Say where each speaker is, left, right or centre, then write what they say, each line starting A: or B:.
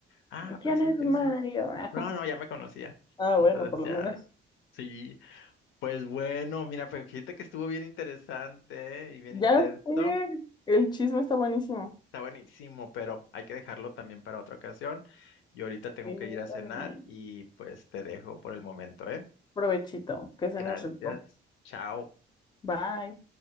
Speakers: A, on the left; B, on the left.
A: Ah,
B: sí. ¿Quién
A: pues sí,
B: es
A: que
B: Mario?
A: no sé.
B: <laughs>
A: No,
B: Ah,
A: no, ya me conocía.
B: Ah,
A: Entonces
B: bueno, por lo
A: ya
B: menos.
A: Sí, pues bueno, mira, pues fíjate que estuvo bien interesante y bien
B: Ya
A: intenso.
B: sé. El chisme está buenísimo.
A: Está buenísimo, pero hay que dejarlo también para otra ocasión. Yo ahorita tengo
B: Sí,
A: que ir
B: está
A: a cenar
B: bien.
A: y pues te dejo por el momento, ¿eh?
B: Provechito, que se
A: Gracias.
B: rico.
A: Chao.
B: Bye.